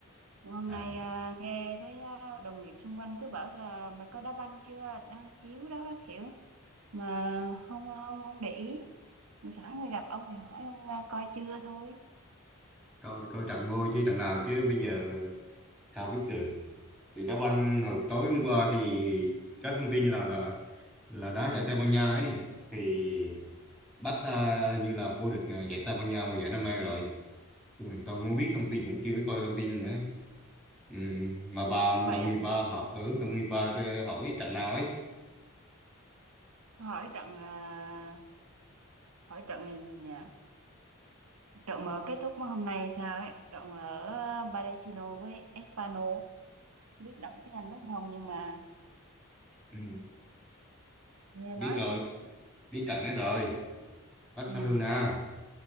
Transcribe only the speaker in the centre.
à
coi coi trận ngôi chứ trận nào chứ bây giờ sao biết được thì đá banh hồi tối hôm qua thì có thông tin là là là đá giải Tây Ban Nha ấy thì Barca như là vô địch à, giải Tây Ban Nha mùa giải năm nay rồi chung là tôi muốn biết thông tin cũng chưa có coi thông tin nữa Ừ, mà bà
đồng
nghiệp bà họ ừ, đồng nghiệp bà thì hỏi trận nào ấy
ừ,
biết
rồi
biết trận đấy rồi Barcelona